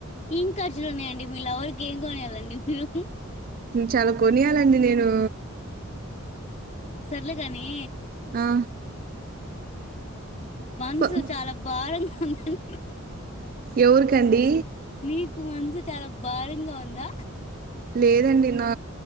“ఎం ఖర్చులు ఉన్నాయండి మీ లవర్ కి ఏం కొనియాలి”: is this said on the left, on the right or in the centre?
Left